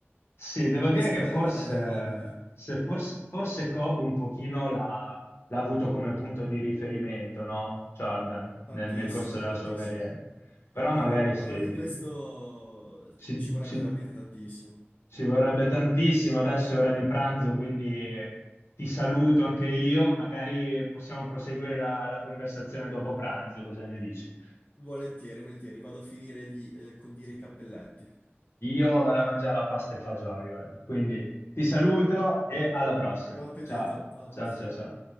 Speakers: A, on the left; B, on the left.
A: Sì, devo
B: È
A: dire
B: sempre
A: che
B: bello
A: forse,
B: parlare di Kobe.
A: se forse, forse Cobb un pochino l'ha l'ha avuto come punto di riferimento, no? Jordan,
B: Tantissimo,
A: nel, nel corso della
B: tantissimo.
A: sua carriera. Però
B: Guarda,
A: magari
B: parlare
A: sì,
B: di
A: di-
B: questo
A: si,
B: ci vorrebbe
A: si-
B: veramente tantissimo.
A: ci vorrebbe tantissimo, adesso è ora di pranzo, quindi ti saluto anche io, magari possiamo proseguire la, la conversazione dopo pranzo, cosa ne dici?
B: Volentieri, volentieri. Vado a finire di eh, condire i cappelletti.
A: Io vado a mangiare la pasta e fagioli oggi, quindi ti saluto e alla prossima.
B: Buon appetito,
A: Ciao,
B: alla
A: ciao,
B: prossima.
A: ciao, ciao.